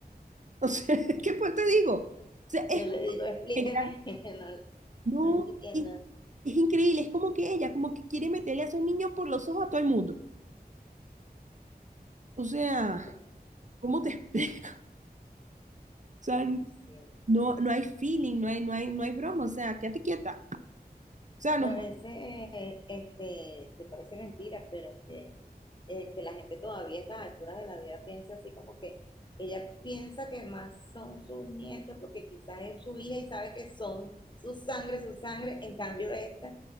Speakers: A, on the right; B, on the left.
A: <laughs> o sea, ¿qué pues te digo? O sea,
B: yo
A: es
B: le
A: como
B: digo, explíqueme,
A: que ella
B: <laughs> no,
A: no,
B: no entiendo.
A: es, es increíble, es como que ella, como que quiere meterle a esos niños por los ojos a todo el mundo. O sea,
B: Porque,
A: ¿cómo te explico? <laughs> O sea,
B: sí.
A: no, no hay feeling, no hay, no hay, no hay broma, o sea, quédate quieta. O sea, no,
B: Y a veces, este, que parece mentira, pero que, eh, que la gente todavía a estas alturas de la vida piensa así como que ella piensa que más son sus nietos porque quizás es su hija y sabe que son su sangre, su sangre, en cambio esta,